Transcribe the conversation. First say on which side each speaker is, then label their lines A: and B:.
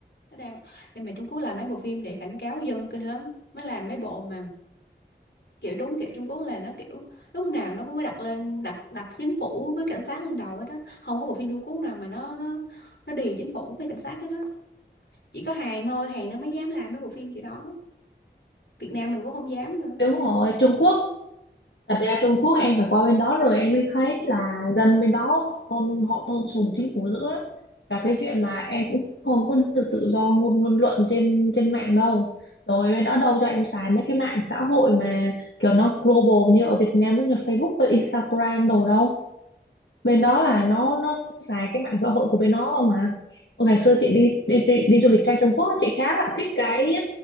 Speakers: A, on the left; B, on the left.
A: nó đang nhưng mà Trung Quốc làm mấy bộ phim để cảnh cáo dân kinh lắm mới làm mấy bộ mà kiểu đúng kiểu Trung Quốc là nó kiểu lúc nào nó cũng phải đặt lên đặt đặt chính phủ với cảnh sát lên đầu hết đó không có bộ phim Trung Quốc nào mà nó nó nó đì chính phủ với cảnh sát hết đó chỉ có Hàn thôi Hàn nó mới dám làm mấy bộ phim kiểu đó Việt Nam mình cũng không dám nữa
B: đúng rồi Trung Quốc Thật ra Trung Quốc em phải qua bên đó rồi em mới thấy là dân bên đó họ tôn họ tôn sùng chính phủ dữ lắm. Và cái chuyện mà em cũng không có được tự do ngôn ngôn luận trên trên mạng đâu. Rồi bên đó đâu cho em xài mấy cái mạng xã hội mà kiểu nó global như ở Việt Nam nó là Facebook và Instagram đồ đâu bên đó là nó nó, nó xài cái mạng xã hội của bên nó không à Ôi, ngày xưa chị đi đi đi, đi du lịch sang Trung Quốc á, chị khá là thích cái